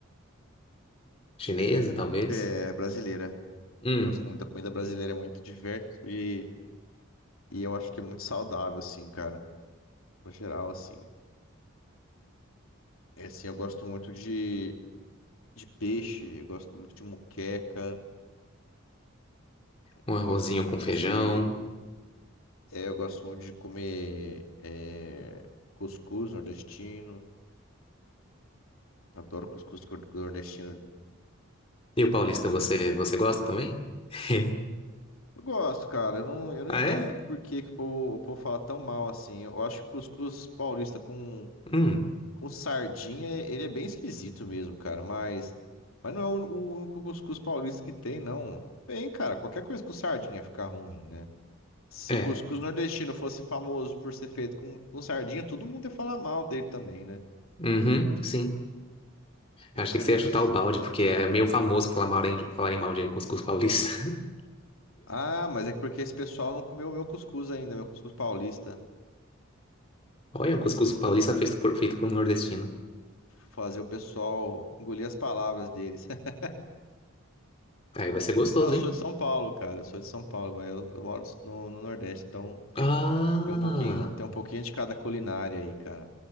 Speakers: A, on the left; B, on the left.
A: Chinesa, talvez?
B: É, brasileira.
A: Hum,
B: Eu gosto muito da comida brasileira, é muito diverso e, e eu acho que é muito saudável, assim, cara. No geral, assim. É assim, eu gosto muito de, de peixe, eu gosto muito de muqueca,
A: um
B: eu
A: arrozinho
B: gosto muito
A: com feijão.
B: de É, eu gosto muito de comer é, cuscuz nordestino. Adoro cuscuz cor- nordestino.
A: E o paulista,
B: com-
A: você, você gosta também? <laughs>
B: Eu gosto, cara. Eu não, eu não
A: Ah,
B: entendo
A: é?
B: por que, que o povo, o povo fala tão mal assim. Eu acho que cuscuz paulista com,
A: Hum.
B: com sardinha, ele é bem esquisito mesmo, cara. Mas, mas não é o, o único cuscuz paulista que tem, não. Bem, cara, qualquer coisa com sardinha fica ruim, né? Se
A: é.
B: o cuscuz nordestino fosse famoso por ser feito com, com sardinha, todo mundo ia falar mal dele também, né?
A: Uhum, sim.
B: Cuscuz.
A: Eu achei que você ia chutar o balde, porque é meio famoso falar mal em, falar em mal de cuscuz paulista. <laughs>
B: Ah, mas é porque esse pessoal não comeu o meu cuscuz ainda, meu cuscuz paulista.
A: Olha, um cuscuz
B: De
A: paulista
B: fazer, esse-
A: feito por, feito por um nordestino.
B: fazer o pessoal engolir as palavras deles. <laughs>
A: Aí vai ser gostoso,
B: Não, eu sou
A: hein?
B: de São Paulo, cara. Eu sou de São Paulo, mas eu, eu moro no, no Nordeste, então
A: Ah,
B: tem um pouquinho, tem um pouquinho de cada culinária aí, cara.